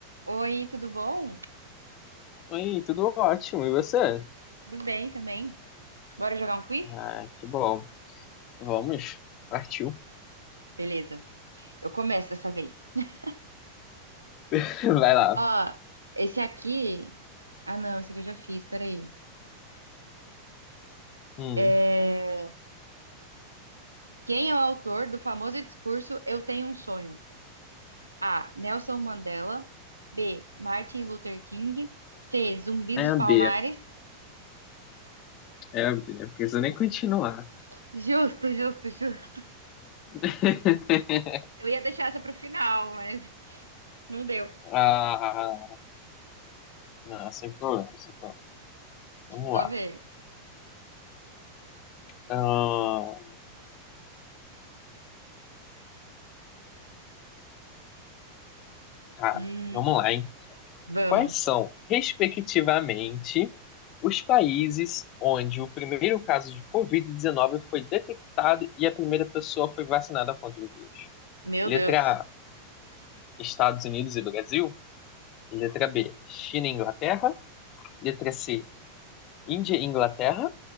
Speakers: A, on the right; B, on the left.
A: Oi, tudo bom?
B: Oi, tudo ótimo. E você?
A: Tudo bem também? Bora jogar um quiz?
B: Ah, que bom. Vamos. Partiu.
A: Beleza. Eu começo dessa vez. <laughs>
B: <laughs> Vai lá.
A: Ó, esse aqui. Ah, não, esse aqui eu já fiz, peraí.
B: Hum,
A: É... Quem é o autor do famoso discurso Eu Tenho um Sonho? A. Nelson Mandela. B. Martin Luther King. C. Zumbi
B: é
A: dos
B: a
A: Palmares.
B: B. É a B. Não precisa nem continuar.
A: Justo, justo, justo.
B: <laughs>
A: Eu ia deixar essa pro final, mas não deu.
B: Ah, não, sem problema, sem problema. Vamos
A: Só
B: lá.
A: ver.
B: Ah, tá,
A: Hum,
B: vamos lá, hein?
A: vamos.
B: Quais são, respectivamente, os países onde o primeiro caso de Covid-19 foi detectado e a primeira pessoa foi vacinada contra o vírus?
A: Meu
B: Letra
A: Deus.
B: A, Estados Unidos e Brasil. Letra B, China e Inglaterra. Letra C, Índia e Inglaterra.